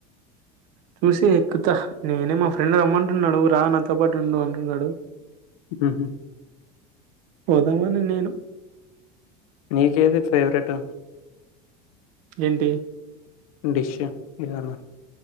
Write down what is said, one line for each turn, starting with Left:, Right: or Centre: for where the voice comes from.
Right: చూసి ఎక్కుత నేనే మా ఫ్రెండ్ రమ్మంటున్నాడు రా నాతో పాటు ఉండు అంటున్నాడు
Left: మ్మ్.
Right: పోదామని నేను
Left: నీకేది ఫేవరెట్
Right: ఏంటి
Left: డిష్ ఏదన్నా